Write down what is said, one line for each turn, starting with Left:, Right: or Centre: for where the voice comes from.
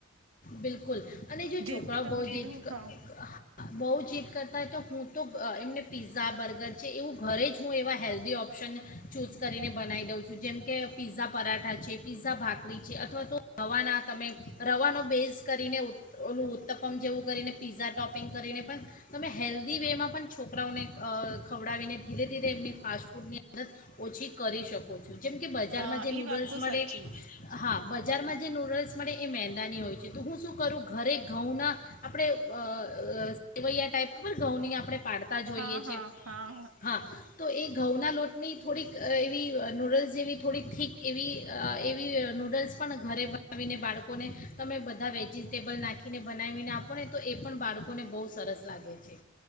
Left: બિલકુલ. અને જો છોકરાઓ
Right: જેમ કે તમે
Left: બહુ
Right: કીધું
Left: જીદ ક
Right: હા
Left: કા બહુ જીદ કરતા હોય તો હું તો બ એમને પિઝા, બર્ગર છે એવું ઘરે જ હું એવા હેલ્ધી ઓપ્શન ચૂસ કરીને બનાવી દઉં છું. જેમ કે પિઝા પરાઠા છે, પીઝા ભાખરી છે અથવા તો રવાના તમે રવાનો બેઝ મિક્સ કરીને ઓલું ઉત્તપમ જેવું કરીને પીઝા ટોપિંગ કરીને પણ તમે હેલ્ધી વેમાં પણ છોકરાઓને અહ ખવડાવીને ધીરે ધીરે એમની ફાસ્ટ ફૂડની આદત ઓછી કરી શકો છો. જેમ કે બજારમાં
Right: હા
Left: જે નૂડલ્સ
Right: એ વાત તો
Left: મળે
Right: સાચી
Left: હા બજારમાં જે નૂડલ્સ મેડ એ મેંદાની હોય છે. તો હું શું કરું ઘરે ઘઉંના, આપણે અ સેવૈયા ટાઈપ ખબર ઘઉંની આપણે પાડતા જોઈએ
Right: હા
Left: છે,
Right: હા હા
Left: હા તો એ ઘઉંના લોટની થોડીક એવી નૂડલ્સ જેવી થોડીક થીક એવી એવી નૂડલ્સ પણ ઘરે બનાવીને બાળકોને, તમે બધ બધા વેજિટેબલ નાખીને બનાવીને આપોને તો એ પણ બાળકોને બહુ સરસ લાગે. છે